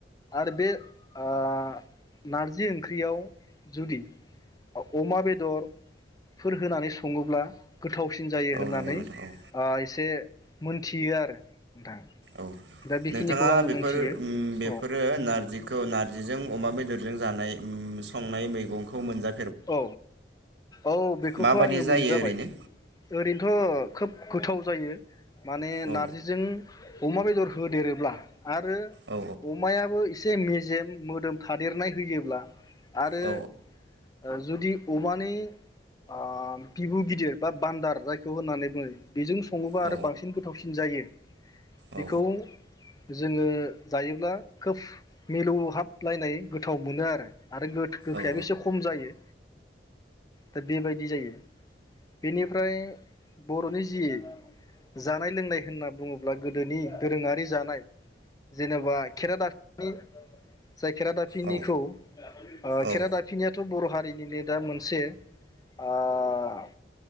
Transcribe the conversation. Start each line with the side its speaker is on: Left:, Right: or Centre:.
Left: आरो बे आ नार्जि ओंख्रियाव जुदि अमा बेदरफोर होनानै सं <unintelligible> ङोब्ला गोथावसिन जायो होननानै
Right: नंगौ नोंथां
Left: आ एसे मोनथियो आरो। नोंथां
Right: औ
Left: दा बेखिनिखौ
Right: नोंथाङा
Left: आङो
Right: बेफोर
Left: मोनथियो
Right: उम बेफोरो
Left: औ
Right: नार्जिखौ नार्जिजों अमा बेदरजों जानाय उम संनाय मैगंखौ मोनजा
Left: औ औ बेखौथ'
Right: माबादि
Left: आङो
Right: जायो
Left: मोनजाबाय
Right: ओरैनो
Left: ओरैनोथ' खोब गोथाव जायो। माने
Right: औ
Left: नार्जिजों अमा बेदर होदेरोब्ला आरो
Right: औ
Left: अमायाबो इ से मेजेम मोदोम थादेरनाय होयोब्ला आरो
Right: औ
Left: ओ जुदि अमानि आ बिबु गिदिर बा बान्दार जायखौ होननानै बुङो बेजों सङोबा
Right: औ
Left: आरो बांसिन गोथावसिन जायो। बेखौ
Right: औ
Left: जोङो जायोब्ला खोब मिलौ हाबलायनाय गोथाव मोनो आरो। आरो गोथ-गोखायाबो
Right: औ
Left: एसे खम जायो। दा बे बाय दि जायो। बेनिफ्राय बर'नि जि जानाय लोंनाय होनना बुङोब्ला गोदोनि दोरोङारि जानाय जेनेबा खेरादा <inaudible> नि। जाय खेरादाफिनिखौ
Right: औ
Left: ओ खेरादाफिनियाथ'
Right: औ
Left: बर' हा रिनिनो दा मोनसे आ